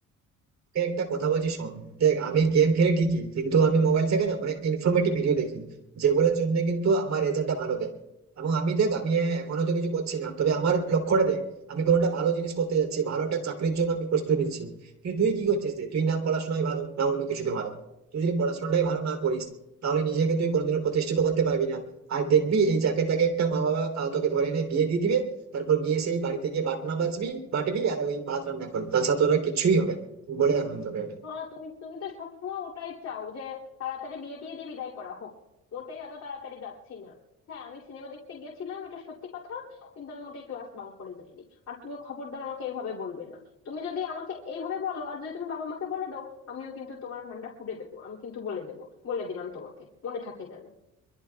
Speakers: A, on the right; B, on the left.
A: তোকে একটা কথা বলছি শোন দেখ আমি গেম খেলি ঠিকই কিন্তু আমি মোবাইল থেকে না অনেক ইনফরমেটিভ ভিডিও দেখি যেগুলোর জন্য কিন্তু আমার রেজাল্টটা ভালো দেয় এবং আমি দেখ আমি এখনো তো কিছু করছি না তবে আমার লক্ষ্যটা দেখ আমি কোনো একটা ভালো জিনিস করতে যাচ্ছি ভালো একটা চাকরির জন্য আমি প্রস্তুতি নিচ্ছি কিন্তু তুই কি করছিস দেখ তুই না পড়াশোনায় ভালো না অন্য কিছুতে ভালো তুই যদি পড়াশোনাটাই ভালো না করিস তাহলে নিজেকে তুই কোনোদিনও প্রতিষ্ঠিত করতে পারবি না আর দেখবি এই যাকে তাকে একটা মা বাবা আহ, তোকে ধরে এনে বিয়ে দিয়ে দিবে তারপর গিয়ে সেই বাড়িতে গিয়ে বাটনা বাজবি বাটবি আর ওই ভাত রান্না করবি তাছাড়া তোরা কিছুই হবে না বলে রাখুন তোকে এটা।
B: হ্যাঁ তুমি তুমি তো সবসময় ওটাই চাও যে তাড়াতাড়ি বিয়ে টিয়ে দিয়ে বিদায় করা হোক মোটেই এত তাড়াতাড়ি যাচ্ছি না হ্যাঁ আমি সিনেমা দেখতে গেছিলাম এটা সত্যি কথা কিন্তু আমি ওটাই ক্লাস বাঙ্ক করে যাইনি আর তুমি খবরদার আমাকে এইভাবে বলবে না তুমি যদি আমাকে এইভাবে বলো আর যদি তুমি বাবা মাকে বলে দাও আমিও কিন্তু তোমার ভান্ডা ফুটে দেবো আমি কিন্তু বলে দেবো বলে দিলাম তোমাকে মনে থাকে যেন